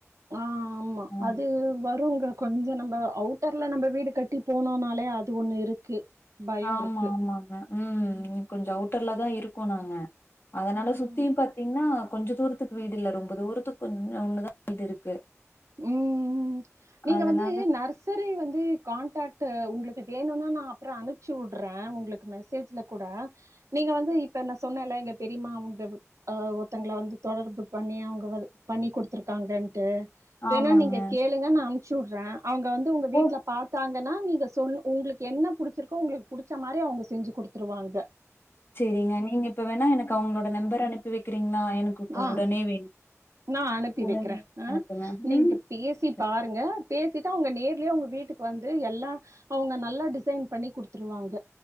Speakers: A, on the right; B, on the left.
A: ஆஹ் ஆமா
B: ம்
A: அது வருங்க கொஞ்ச நம்ப அவுட்டர்ல நம்ப வீடு கட்டி போனோன்னாலே அது ஒண்ணு இருக்கு பயோ
B: ஆமா
A: இருக்கு
B: ஆமாங்க உம் கொஞ்சோ அவுட்டர்லதா இருக்கோ நாங்க அதனால
A: ம்
B: சுத்தியு பாத்தீங்கன்னா கொஞ்ச தூரத்துக்கு வீடு இல்ல ரொம்ப தூரத்துக்கு கொஞ்ச ஒண்ணுதா வீடு இருக்கு
A: உம் நீங்க
B: அதனால
A: வந்து நர்சரி வந்து கான்டாக்ட் உங்களுக்கு வேணுன்னா நான் அப்ரோம் அனுப்புச்சி வுடுறேன் உங்களுக்கு மெசேஜ்ல கூட நீங்க வந்து இ இப்ப நான் சொன்னேல்ல எங்க பெரிமா உங்க அஹ் ஒருத்தங்கள வந்து தொடர்பு பண்ணி அவங்க பண்ணி குடுத்துருக்காங்கன்ட்டு வேணா
B: ஆமாங்க
A: நீங்க கேளுங்க நான் அனுப்ச்சி வுடுறேன் அவங்க வந்து உங்க வீட்டுல
B: ஓ
A: பாார்த்தாங்க நீங்க சொ உங்களுக்கு என்ன புடிச்சிருக்கோ உங்களுக்கு புடிச்ச மாதிரி அவங்க செஞ்சு கொடுத்துருவாங்க
B: சரிங்க நீங்க இப்ப வேணா எனக்கு அவங்களோட நம்பர் அனுப்பி வைக்கிறீங்களா எனக்கு இப்ப
A: ஆஹ்
B: உடனே வேணு
A: நான் அனுப்பி
B: உடனே
A: வைக்கிறேன் ஆஹ்
B: அனுப்புங்க
A: நீங்க
B: ம்
A: பேசி
B: ச-
A: பாருங்க பேசிட்டு அவங்க நேர்லயே அவங்க வீட்டுக்கு வந்து எல்லாம் அவங்க நல்லா டிசைன் பண்ணி குடுத்துருவாங்க